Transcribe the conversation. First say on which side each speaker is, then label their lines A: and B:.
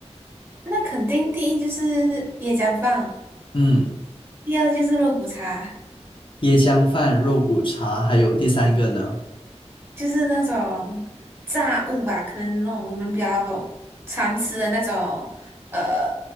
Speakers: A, on the right; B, on the left.
A: 那肯定第一就是椰浆饭，
B: 嗯。
A: 第二就是肉骨茶，
B: 椰浆饭、肉骨茶，还有第三个呢
A: 就是那种炸物吧，可能那种我们比较常吃的那种，呃，